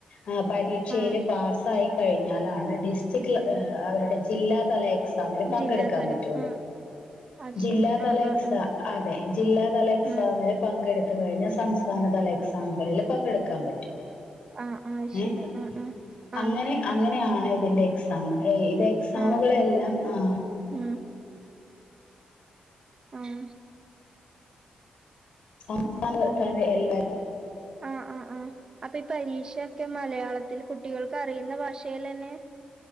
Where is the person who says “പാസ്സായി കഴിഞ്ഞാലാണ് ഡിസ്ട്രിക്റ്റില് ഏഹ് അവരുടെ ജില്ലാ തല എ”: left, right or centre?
Left